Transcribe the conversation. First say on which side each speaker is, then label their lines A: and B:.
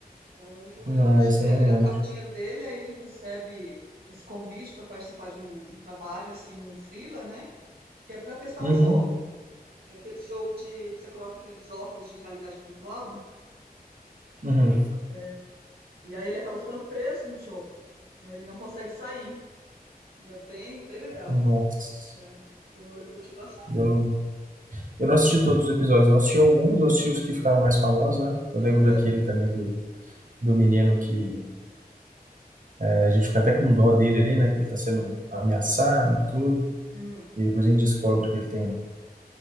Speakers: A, on the right; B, on the right.
A: É um, de um-
B: Não,
A: é um mochileiro.
B: esse eu não
A: Ele
B: lembro.
A: acaba o dinheiro dele, aí ele recebe esse convite para participar de um, um trabalho, assim, um freela, né? Que é para testar
B: Uhum,
A: um jogo. É Aqueles jogo de que você coloca aqueles óculos de realidade virtual.
B: uhum.
A: é, e aí ele acaba ficando preso no jogo. né, Ele não consegue sair. E é bem, bem legal.
B: Nossa.
A: É, eu, eu curti bastante.
B: Eu não, eu não assisti todos os episódios, não assisti alguns, eu assisti os que ficaram mais famosos, né? Eu
A: Aham.
B: lembro daquele também do, do menino que é, a gente fica até com dó dele ali, né? Que ele tá sendo ameaçado e tudo.
A: Hum.
B: E depois a gente descobre que ele tem, um,